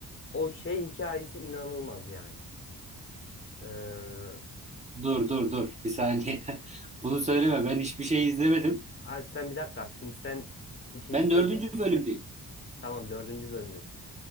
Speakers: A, on the left (about 35°); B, on the right (about 20°).
A: o şey hikayesi inanılmaz yani. Ee,
B: Dur dur dur bir saniye. <laughs> Bunu söyleme ben hiçbir şey izlemedim.
A: ay sen bir dakika. Şimdi sen ikinci
B: Ben
A: sezon...
B: dördüncü bölümdeyim.
A: Tamam dördüncü bölümdesin.